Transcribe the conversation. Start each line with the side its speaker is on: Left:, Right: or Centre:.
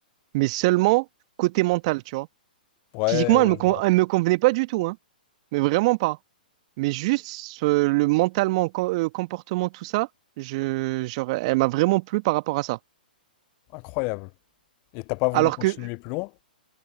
Right: mais seulement côté mental, tu vois.
Left: Ouais,
Right: Physiquement,
Left: ouais,
Right: elle me, con-
Left: je vois.
Right: elle me convenait pas du tout, hein, mais vraiment pas. Mais juste, euh, le mentalement, com- euh, comportement, tout ça, je, genre, elle m'a vraiment plu par rapport à ça.
Left: Incroyable. Et t'as pas voulu
Right: Alors
Left: continuer
Right: que,
Left: plus loin?